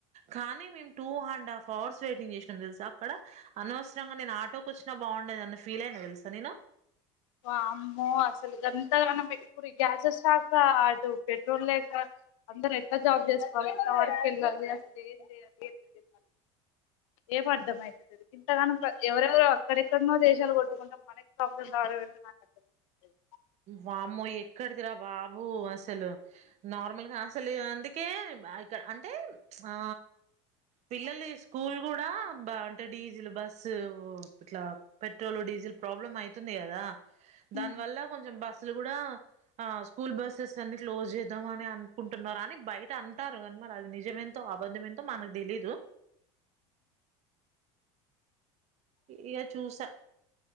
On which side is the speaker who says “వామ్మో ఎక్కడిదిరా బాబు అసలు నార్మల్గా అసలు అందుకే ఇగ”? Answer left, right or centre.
Right